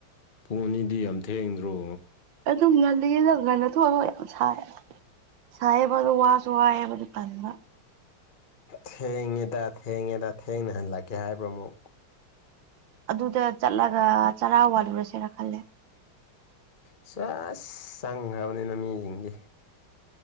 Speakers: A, on the left (about 30°); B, on the right (about 70°).
A: ꯄꯨꯡ ꯑꯅꯤꯗꯤ ꯌꯥꯝ ꯊꯦꯡꯗ꯭ꯔꯣ
B: ꯑꯗꯨꯝ ꯉꯜꯂꯤꯌꯦꯗ ꯉꯟꯅ ꯊꯣꯛꯑꯔꯣꯏ ꯌꯥꯝ ꯁꯥꯏ ꯁꯥꯏꯌꯦꯕ ꯑꯗꯨ ꯋꯥꯁꯨ ꯋꯥꯏ ꯍꯥꯏꯕꯗꯨ ꯇꯟꯕ
A: ꯊꯦꯡꯉꯦꯗ ꯊꯦꯡꯉꯦꯗ ꯊꯦꯡꯅ ꯍꯜꯂꯛꯀꯦ ꯍꯥꯏꯕ꯭ꯔꯥ ꯑꯃꯨꯛ
B: ꯑꯗꯨꯗ ꯆꯠꯂꯒ ꯆꯔꯥ ꯋꯥꯟꯂꯨꯔꯁꯤꯔ ꯈꯜꯂꯦ
A: ꯆꯦꯁ ꯆꯪꯒꯔꯥꯕꯅꯤꯅ ꯃꯤꯁꯤꯡꯁꯦ